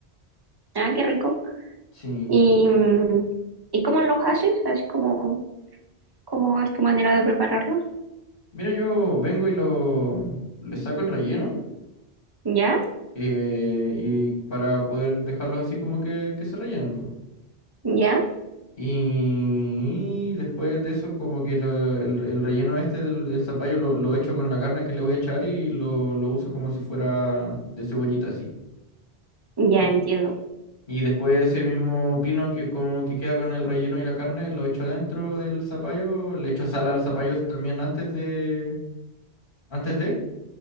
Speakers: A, on the right; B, on the left.
A: Ah, qué rico.
B: Sí.
A: ¿Y, mm, ¿y cómo los haces? Así como... ¿Cómo es tu manera de prepararlos?
B: Mira, yo vengo y lo le saco el relleno.
A: ¿Ya?
B: eh, y para poder dejarlos así como que, que se rellenen, pues.
A: ¿Ya?
B: Y después de eso, como que lo- el, el relleno este del, del zapallo lo, lo echo con la carne que le voy a echar y lo, lo uso como si fuera de cebollita así.
A: Ya
B: <laughs>
A: entiendo.
B: Y después ese mismo pino que como que queda con el relleno y la carne, lo echo dentro del zapallo, le echo sal al zapallo también antes de, antes de,